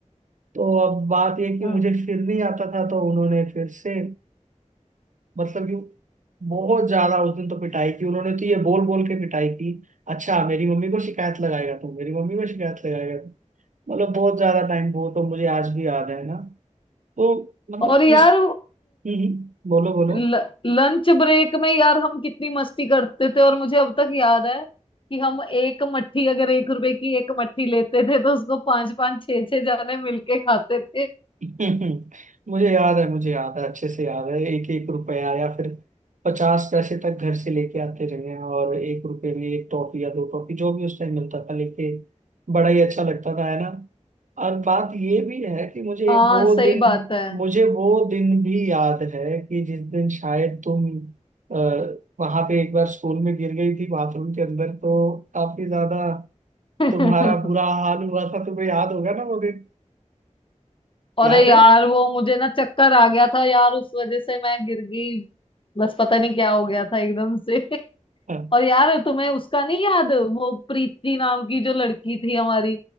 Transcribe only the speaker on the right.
तो अब बात ये कि
मुझे फिर नहीं आता था तो उन्होंने फिर से मतलब कि बहुत ज्यादा उस दिन तो पिटाई की उन्होंने तो ये बोल बोल के पिटाई की अच्छा मेरी मम्मी को शिकायत लगाएगा तू मेरी मम्मी को शिकायत लगाएगा तू मतलब बहुत ज्यादा टाइम वो तो मुझे आज भी याद है ना तो मतलब
इस हम्म, हम्म, बोलो बोलो
<laughs> मुझे याद है मुझे याद है अच्छे से याद है एक एक रुपया या फिर पचास पैसे तक घर से लेके आते रहे हैं और एक रुपए में एक टॉफी या दो टॉफी जो भी उस टाइम मिलता था लेके बड़ा ही अच्छा लगता था है ना और बात ये भी है कि मुझे
वो
दिन
मुझे वो दिन भी याद है कि जिस दिन शायद तुम अ, वहां पे एक बार स्कूल में गिर गई थी बाथरूम के अंदर तो काफी ज्यादा
तुम्हारा बुरा हाल हुआ था तुम्हें याद होगा ना वो दिन
याद
है
<laughs>